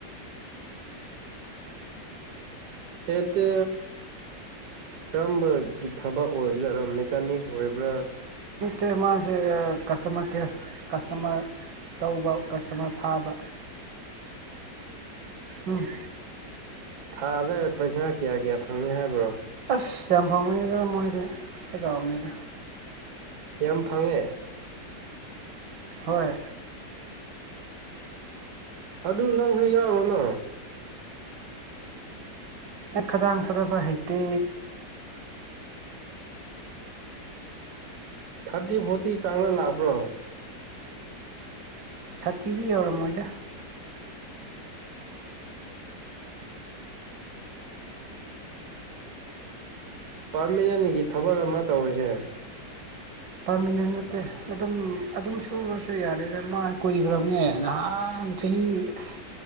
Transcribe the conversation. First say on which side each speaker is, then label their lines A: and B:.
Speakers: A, on the right (about 65°); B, on the right (about 80°).
A: ꯌꯦꯠꯇ ꯀꯔꯝꯕꯒꯤ ꯊꯕꯛ ꯑꯣꯏꯕꯠ ꯃꯦꯀꯥꯅꯤꯛꯁ ꯑꯣꯏꯕ꯭ꯔꯥ
B: ꯌ ꯃꯥꯦ ꯀꯁꯇꯃꯔ ꯀꯦꯔ ꯀꯁꯇꯃꯔ ꯇꯧꯕ ꯀꯁꯇꯃꯔ ꯐꯥꯕ
A: <unintelligible>
B: ꯎꯝ
A: ꯊꯥꯗ ꯄꯩꯁꯥ ꯀꯌꯥ ꯀꯌꯥ ꯐꯪꯏꯤ ꯍꯥꯏꯕ꯭ꯔꯣ
B: ꯁꯤ ꯌꯥꯝ ꯐꯥꯡꯕꯅꯤꯗ ꯃꯣꯏꯗ ꯄꯥꯖꯥꯝꯅꯤꯗ
A: ꯌꯥꯝ ꯐꯪꯉꯦ
B: ꯍꯣꯏ
A: ꯑꯗꯨ ꯅꯪꯁꯨ ꯌꯥꯎꯔꯣꯅ
B: ꯑꯩ ꯈꯗꯥꯡ ꯊꯥꯗꯕ ꯍꯩꯇꯦ
A: ꯊꯥꯔꯇꯤ ꯐꯣꯔꯇꯤ ꯆꯥꯡꯅ ꯂꯥꯛꯄ꯭ꯔꯣ
B: ꯊꯥꯔꯇꯤꯗꯤ ꯌꯧꯔꯝꯃꯣꯏꯗ
A: ꯄꯥꯔꯃꯤꯅꯦꯟꯒꯤ ꯊꯕꯛ ꯑꯃ ꯇꯧꯔꯤꯁꯦ
B: ꯄꯥꯔꯃꯤꯅꯦꯟ ꯅꯠꯇꯦ ꯑꯗꯨꯝ ꯑꯗꯨꯝ ꯁꯨꯔꯨꯔꯁꯨ ꯌꯥꯔꯦꯗ ꯃꯥ ꯀꯨꯏꯈ꯭ꯔꯕꯅꯦ ꯅꯍꯥꯟ ꯆꯍꯤ ꯑꯁ